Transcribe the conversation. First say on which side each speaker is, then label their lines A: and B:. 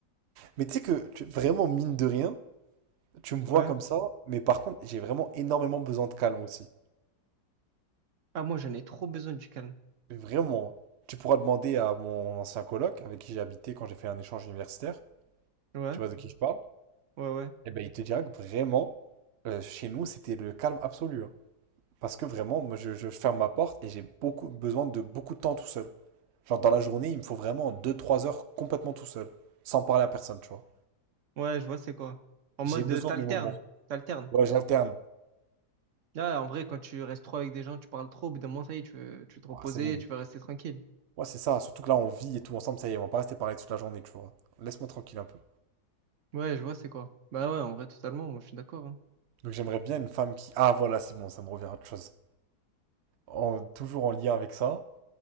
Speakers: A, on the right (about 80°); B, on the right (about 55°).
A: Mais tu sais que, tu- vraiment, mine de rien, tu me vois
B: Ouais.
A: comme ça, mais par contre, j'ai vraiment énormément besoin de calme aussi.
B: Ah, moi, j'en ai trop besoin du calme.
A: Mais vraiment. hein. Tu pourras demander à mon ancien coloc, avec qui j'ai habité quand j'ai fait un échange universitaire.
B: Ouais,
A: Tu vois de qui je parle?
B: ouais, ouais.
A: Eh ben, il te dira que vraiment, euh, chez nous, c'était le calme absolu. hein. Parce que vraiment, moi, je, je ferme ma porte et j'ai beaucoup besoin de beaucoup de temps tout seul. Genre, dans la journée, il me faut vraiment deux trois heures complètement tout seul, sans parler à personne, tu vois.
B: Ouais, je vois, c'est quoi. En mode,
A: J'ai besoin
B: euh, t'alternes,
A: de mes moments.
B: t'alternes.
A: Ouais, j'alterne.
B: Là, en vrai, quand tu restes trop avec des gens, tu parles trop, au bout d'un moment, ça y est, tu veux, tu veux te reposer,
A: Ah, c'est bon.
B: tu veux rester tranquille.
A: Ouais, c'est ça. Surtout que là, on vit et tout ensemble, ça y est, on va pas rester parler toute la journée, tu vois. Laisse-moi tranquille un peu.
B: Ouais, je vois, c'est quoi. Bah ouais, en vrai, totalement, moi, je suis d'accord. hein.
A: Donc, j'aimerais bien une femme qui. Ah, voilà, c'est bon, ça me revient à autre chose. En- toujours en lien avec ça.